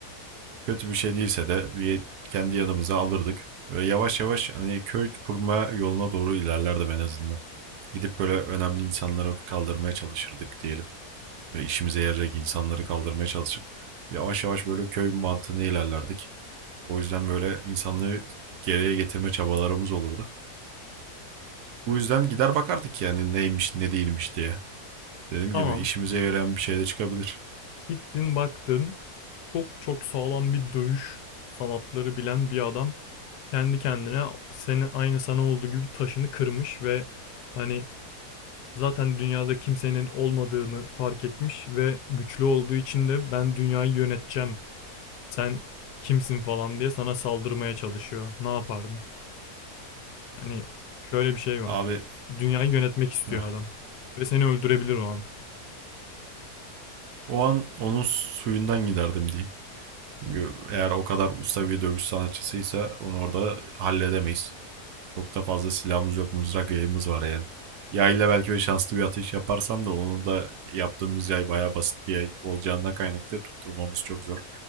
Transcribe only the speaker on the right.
kötü bir şey değilse de bir kendi yanımıza alırdık. Böyle yavaş yavaş hani köy kurma yoluna doğru ilerlerdim en azından. Gidip böyle önemli insanları kaldırmaya çalışırdık diyelim. Ve işimize yarayacak insanları kaldırmaya çalışıp yavaş yavaş böyle köy mantığına ilerlerdik. O yüzden böyle insanlığı geriye getirme çabalarımız olurdu. Bu yüzden gider bakardık yani neymiş ne değilmiş diye. Dediğim
gibi işimize yarayan bir şey de çıkabilir.
Abi
heh,
o an onun suyundan giderdim diyeyim. Çünkü eğer o kadar usta bir dövüş sanatçısıysa onu orada halledemeyiz. Çok da fazla silahımız yok, mızrak yayımız var yani. Yayla belki ve şanslı bir atış yaparsam da onu da yaptığımız yay bayağı basit bir yay olacağından kaynaklı tutturmamız çok zor.